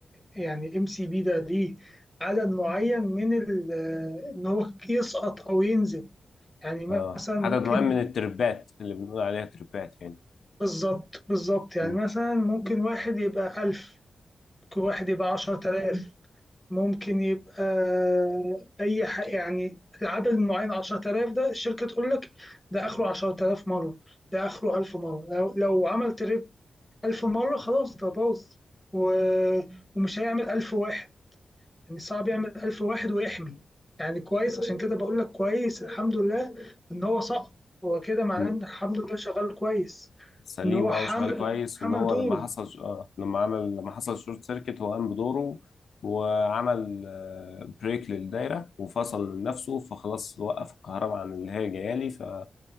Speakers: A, in the centre; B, on the left.
A: يعني ام سي بي ده ليه عدد معين من ال- آه، ان هو يسقط او ينزل يعني
B: اه
A: مثلا
B: عدد
A: ممكن
B: معين من التربات اللي بنقول عليها تربات يعني
A: بالظبط بالظبط يعني
B: مم.
A: مثلا ممكن واحد يبقى 1000 ممكن واحد يبقى 10000 ممكن يبقى آه، اي حق يعني العدد المعين 10000 ده الشركة تقول لك ده اخره 10000 مرة ده اخره 1000 مرة لو, لو عملت ألف مرة خلاص ده باظ و... ومش هيعمل ألف واحد يعني صعب يعمل ألف واحد ويحمي يعني كويس عشان كده بقول لك كويس الحمد لله إن هو سقط هو كده معناه
B: مم.
A: إن الحمد لله شغال كويس
B: سليم
A: إن هو
B: اه
A: حمل
B: وشغال كويس
A: حمل
B: وان هو
A: دوره
B: لما حصل آه لما عمل لما حصل شورت سيركت هو قام بدوره وعمل آه بريك للدايره وفصل من نفسه فخلاص وقف الكهرباء عن اللي هي جايه لي فما